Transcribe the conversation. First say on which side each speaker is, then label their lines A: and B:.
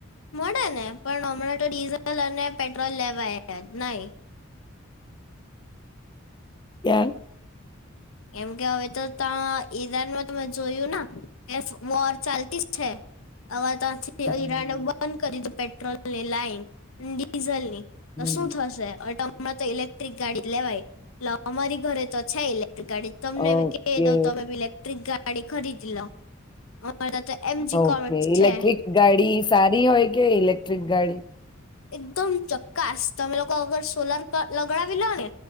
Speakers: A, on the left (about 85°); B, on the left (about 20°).
A: મળે ને, પણ હમણાં તો ડીઝલ અને પેટ્રોલ લેવાય જ નહીં.
B: <unintelligible>
A: કેમ કે હવે તો ત્યા ઈરાનમાં તમે જોયું ના કે વોર ચાલતી જ સે. <unintelligible> ત્યાથી
B: હમ,
A: અ ઈરાન બંધ કરી દીધ પેટ ટ્રોલ ની લાઈન, ડીઝલ ની
B: હમ.
A: તો શું થશે અટ હમણાં તો ઇલેક્ટ્રિક ગાડી લેવાય, એટલે અમારી ઘરે તો છે ઇલે ટ્રીક ગાડી. તમને
B: ઓકે
A: બી કહી દઉં તમે બી ઇલેક્ટ્રિક ગા ડી ખરીદી લો. અમારે ત્યાં તો એમજી
B: ઓકે.
A: કોમેટ
B: ઇલેક્ટ્રિક
A: છે
B: ગાડી સારી હોય કે ઇલેક્ટ્રિક ગાડી?
A: એકદમ જકાસ. તમે લોકો અગર સોલાર ક લગડાવી લો ને